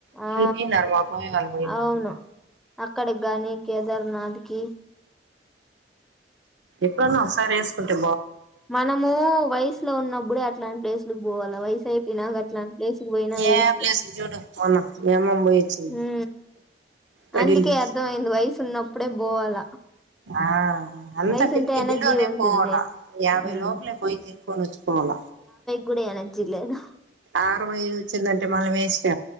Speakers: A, on the right (about 85°); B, in the centre.
A: <unintelligible>
B: ఆ అవును అక్కడికి గానీ కేదార్నాథ్ కి
A: ఎప్పుడు ఒకసారి ఏసుకుంటే
B: మనము వయసులో ఉన్నప్పుడే అట్లాంటి ప్లేసుకి పోవాల వై <unintelligible> నాకట్ల ప్లేసుకు పోయినా వేస్ట్
A: ఏ ప్లేస్ కి చూడు మొన్న మీ అమ్మమ్మ పోయి వచ్చింది
B: ఉ
A: పడిలేసి
B: అందుకే అర్ధం అయింది వయసు ఉన్నప్పుడే పోవాల
A: ఆ అంత
B: వయసు
A: ఫిఫ్త్
B: ఉంటే ఎనర్జీ
A: బిలోనే
B: ఉంటుంది
A: పోల యాభై
B: ఉమ్
A: లోపలే పోయి తిరుకొనోచుకోవల
B: కూడ ఎనర్జీ లేదు
A: ఆరు వై వచిందంటే మళ్ళా వేస్ట్